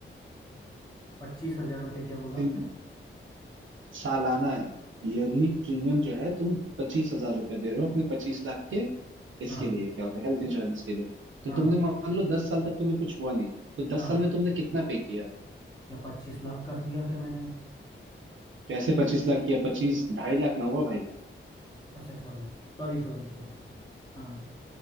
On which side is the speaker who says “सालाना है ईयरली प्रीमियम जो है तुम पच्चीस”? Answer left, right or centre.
Right